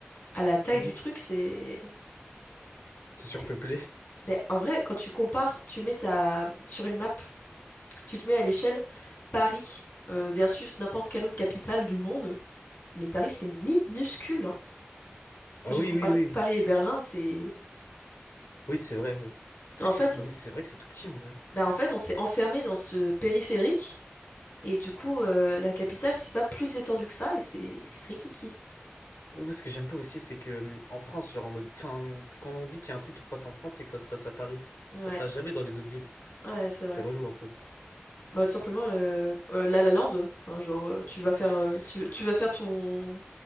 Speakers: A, on the left; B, on the left.
A: à la taille
B: Hmm.
A: du truc, c'est...
B: C'est surpeuplé.
A: c'est- Ben, en vrai, quand tu compares, tu mets ta... sur une map Si tu te mets à l'échelle Paris euh, versus n'importe quelle autre capitale du monde, mais Paris c'est minuscule. hein.
B: Ah
A: Ça, J'ai
B: oui,
A: comparé
B: oui, oui.
A: Paris et Berlin, c'est...
B: Oui, c'est vrai. euh. C'est
A: En
B: vrai que
A: fait,
B: c'est in- c'est vrai que c'est tout petit en vrai.
A: bah, en fait on s'est enfermé dans ce périphérique et du coup euh, la capitale c'est pas plus étendu que ça et c'est c'est rikiki.
B: Moi, ce que j'aime pas aussi, c'est que hum, en France, genre en mode, enfin, c'est quand on dit qu'il y a un truc qui se passe en France, c'est que ça se passe à Paris.
A: Ouais,
B: Ça se passe jamais dans les autres villes.
A: ouais c'est vrai.
B: C'est relou un peu.
A: Bah, tout simplement euh,
B: Et-
A: euh, La La Land, enfin, genre euh, tu vas faire
B: <laughs>
A: euh, tu, tu vas faire ton